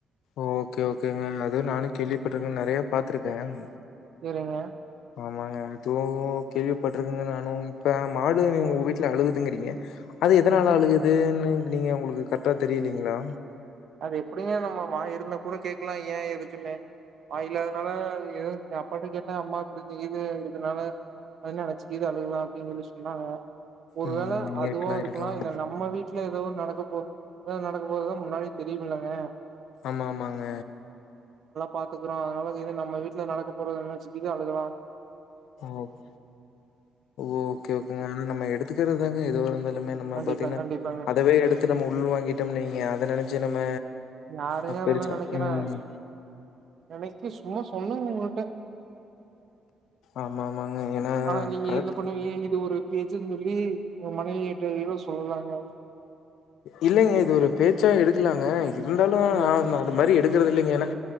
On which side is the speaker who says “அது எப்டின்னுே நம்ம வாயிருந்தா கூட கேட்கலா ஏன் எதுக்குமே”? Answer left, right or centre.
Right